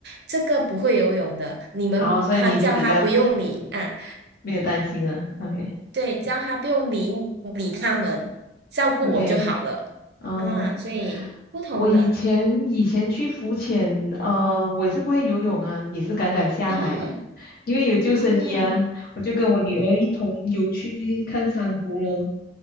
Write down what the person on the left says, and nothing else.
然后所以你就比较嗯没有担心了。OK
OK，嗯，
我以前以前去浮潜，呃，我也是不会游泳啊，也是敢敢下海，
因为有救生衣啊，
我就跟我女儿一同游去看珊瑚咯，